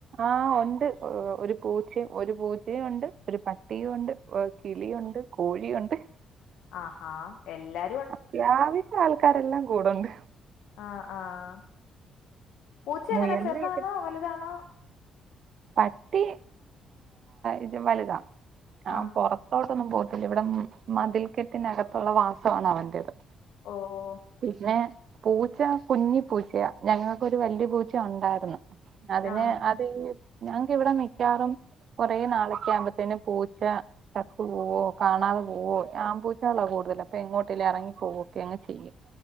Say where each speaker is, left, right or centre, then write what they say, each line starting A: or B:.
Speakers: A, on the right; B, on the left.
A: ആഹ് ഉണ്ട് ഒരു പൂച്ചയും ഒരു പൂച്ചയും ഉണ്ട് ഒരു പട്ടിയും ഉണ്ട് കിളിയുണ്ട് കോഴി ഉണ്ട്
B: ആഹ എല്ലാ
A: അത്യാവിശം ആൾക്കാരെല്ലാം കൂടുണ്ട്
B: ആഹ് ആഹ് പൂച്ച
A: മുയലിനെയൊക്കെ
B: എങ്ങനെ ചെറുതാന്നോ വലുതാന്നോ
A: പട്ടി ഇത് വലുതാ ആഹ്
B: ആ
A: പുറത്ത് പുറത്തോട്ടൊന്നും പോത്തില്ല ഇവിടെ മതിൽ കെട്ടിനകത്തുള്ള വാസമാണ് അവന്റേത്
B: ഓ ഓ
A: പിന്നെ പൂച്ച കുഞ്ഞി പൂച്ചയാ ഞങ്ങൾക്കൊരു വല്ല്യപൂച്ച ഉണ്ടായിരുന്നു അതിന്
B: ആ
A: അതീ ഞങ്ങക്ക് ഇവിടെ മിക്കാറും കൊറേ നാളൊക്കെ ആവുമ്പോത്തേനും പൂച്ച ചത്ത് പൂവോ കാണാതെ പോവോ ആൺ മ്പൂച്ചകളാ കൂടുതലും അപ്പൊ എങ്ങോട്ടങ്കിലും ഇറങ്ങി പോകോ ഒക്കെയങ്ങ് ചെയ്യും